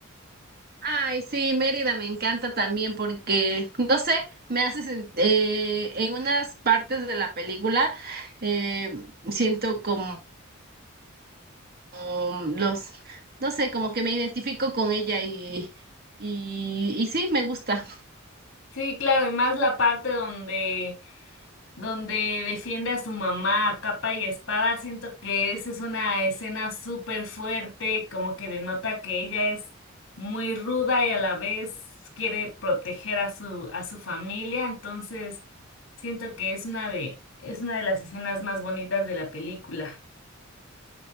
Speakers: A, on the right; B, on the left.
A: Ay, sí, Mérida me encanta también porque, no sé, me hace sen- eh, en unas partes de la película eh, siento como, como los, no sé, como que me identifico con ella y, y, y sí, me gusta.
B: Sí, claro, y más la parte donde donde defiende a su mamá a capa y espada. Siento que esa es una escena súper fuerte, como que denota que ella es muy ruda y a la vez quiere proteger a su, a su familia. Entonces, siento que es una de, es una de las escenas más bonitas de la película.